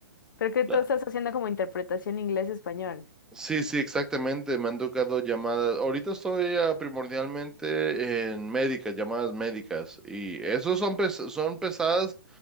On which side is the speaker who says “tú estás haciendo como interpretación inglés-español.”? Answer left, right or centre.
Left